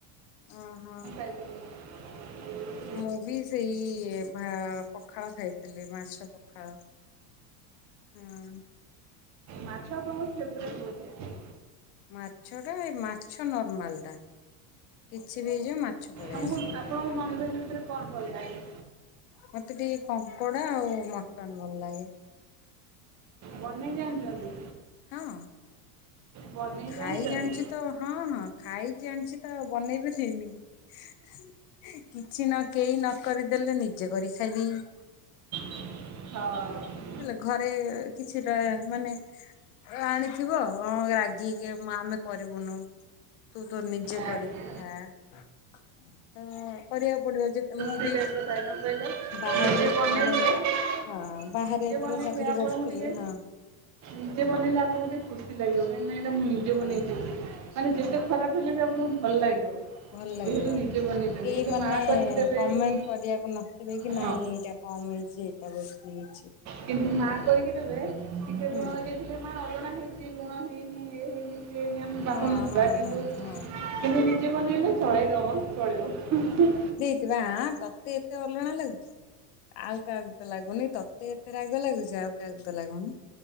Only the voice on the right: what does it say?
<inaudible>
ମାଛ ଆପଣଙ୍କ ଫେବ୍ରେଟ ବୋଧେ?
ଆମକୁ
ଆପଣଙ୍କୁ ନନଭେଜ୍ ଭିତରେ କଣ ଭଲ ଲାଗେ?
ବନେଇ ଜାଣିଚନ୍ତି?
ବନେଇ
ଜାଣିଛନ୍ତି?
ହଁ।
ଆଜ୍ଞା।
ସେ
ଟାଇପ୍ ର ଖାଏ। କଣ କହିଲେ
ନିଜେ
ବନେଇଲେ
ନିଜେ
ବନେଇଲେ
ଆପଣଙ୍କୁ
ଟିକେ
ନିଜେ ବନେଇଲେ ଆପଣଙ୍କୁ ଯେ ଖୁସି ଲାଗିବ କାହିଁକିନା ଏଇଟା ମୁଁ ନିଜେ
ବନେଇଚି। ମାନେ
ଯେତେ ଖରାପ ହେଲେ ବି ଆପଣଙ୍କୁ ଭଲ ଲାଗିବ।
ଯେହେତୁ ନିଜେ ବନେଇଛନ୍ତି
କିନ୍ତୁ
ମା କରିକି ଦେବେ
କି
ହଁ
କିନ୍ତୁ ମା
କରିକି ଦେବେ ଟିକେ
ଲୁଣ ହେଇଯାଇଥିଲେ ମା ଅଲଣା ହେଇଛି ଲୁଣ ହେଇନି ଇଏ ହେଇନି। ସିଏ ହେଇନି ଆମେ ବାହୁନୁଥିବା
କିନ୍ତୁ
କିନ୍ତୁ ନି ନିଜେ ବନେଇଲେ ଚଳେଇଦବା, ଚଳିବ।